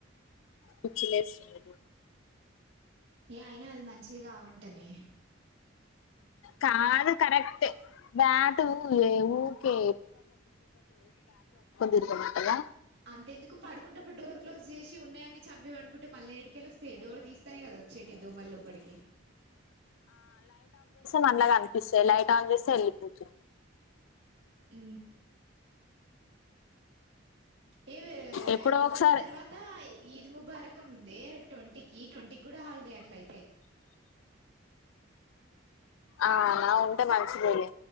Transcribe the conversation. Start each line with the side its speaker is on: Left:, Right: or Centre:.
Left: పిచ్చిలేస్తుంది
Right: ఏ అయినా అది మంచి ఇగా వంటనే
Left: కాదు కరెక్ట్ే బాట్ కే తిరగమంటదా
Right: అంత ఎందుకు పడుకుంటప్పుడు డోర్ క్లోజ్ చేసి ఉన్నాయని చంపిండుకుంట మల అడికి గెలుస్తే డోర్ తీస్తానే కదా వచ్చేటిద్దు మళ్ళపటికి
Left: మనల గాల పేలైట్ ఆ సెల్పో చె
Right: అ ఏ
Left: ఎప్పుడో
Right: ఉగాది
Left: ఒకసారి
Right: తర్వాత ఇది ముబారకన్ ఉంది ట్వంటీకిి ట్వంటీకిి కూడా హాలిడే అట్లా అయి
Left: ఆ నా ఉంటే మగసదేవి